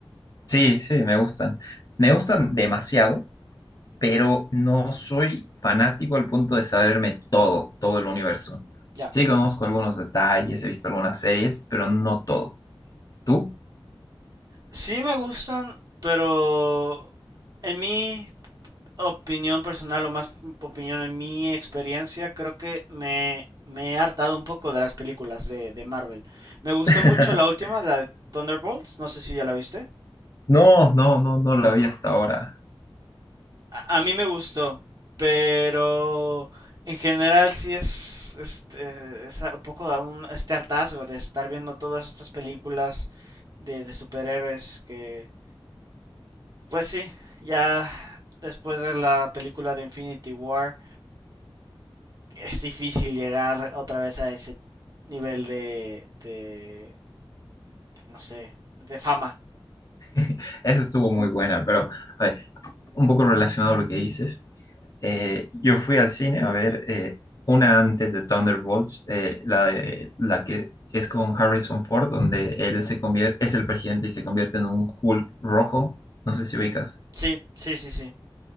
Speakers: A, on the left (about 40°); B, on the right (about 45°).
A: Sí, sí, me gustan. Me gustan demasiado, pero no soy fanático al punto de saberme todo, todo el universo.
B: Ya.
A: Sí, conozco algunos detalles, he visto algunas series, pero no todo. ¿Tú?
B: Sí me gustan, pero en mí... opinión personal o más opinión en mi experiencia, creo que me, me he hartado un poco de las películas de, de Marvel. Me gustó
A: <laughs>
B: mucho la última, la de Thunderbolts, no sé si ya la viste.
A: No, no, no, no la vi hasta ahora.
B: A, a mí me gustó, pero en general sí es, este, es un poco un, este hartazgo de estar viendo todas estas películas de, de superhéroes que, pues sí, ya después de la película de Infinity War es difícil llegar otra vez a ese nivel de, de, no sé, de fama.
A: <laughs> Esa estuvo muy buena, pero a ver, un poco relacionado a lo que dices. Eh, yo fui al cine a ver eh, una antes de Thunderbolts, eh, la, de- la que es con Harrison Ford, donde él se convierte, es el presidente y se convierte en un Hulk rojo. No sé si ubicas.
B: Sí, sí, sí, sí.